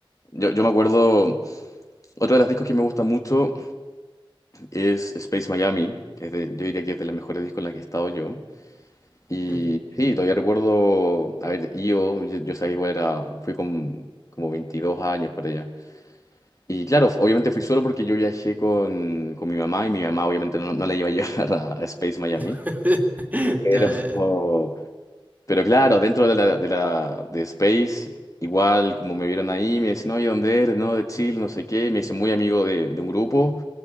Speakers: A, on the left; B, on the right.
A: yo, yo me acuerdo, otro de los discos que me gusta mucho es Space Miami, es de- yo diría que es de las mejores discos en las que he estado yo. Y
B: Mm.
A: sí, todavía recuerdo, a ver, IO, yo, yo sabía igual era, fui con como 22 años para allá. Y claro, obviamente fui solo porque yo viajé con, con mi mamá y mi mamá obviamente no, no la iba a <laughs> llevar a, a Space Miami.
B: <laughs>
A: Pero,
B: Ya,
A: <laughs>
B: ya, ya.
A: pero claro, dentro de la, de la de Space, igual como me vieron ahí, me decían, oye, ¿dónde eres? No, de Chile, no sé qué. Me hice muy amigo de, de un grupo.